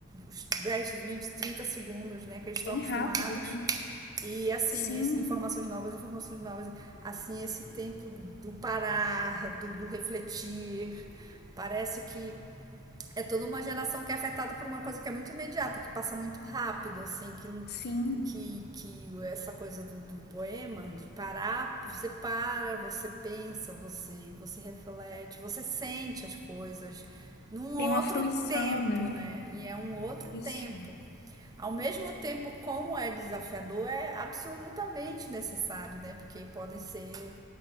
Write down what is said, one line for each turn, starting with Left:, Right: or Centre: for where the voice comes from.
Right: os 10, segundos, né? Que eles estão
Left: Bem
Right: acostumados.
Left: rápido, né?
Right: E assim,
Left: Sim,
Right: esse, informações novas, informações novas. Assim, esse tempo do parar, do, do refletir, parece que é toda uma geração que é afetada por uma coisa que é muito imediata, que passa muito rápido, assim, que,
Left: sim.
Right: que, que essa coisa do, do poema, de parar, você para, você pensa, você, você reflete, você sente as coisas num
Left: Tem
Right: outro
Left: uma fruição,
Right: tempo,
Left: né?
Right: né? E é um outro
Left: Isso.
Right: tempo. Ao mesmo tempo, como é desafiador, é absolutamente necessário, né? Porque podem ser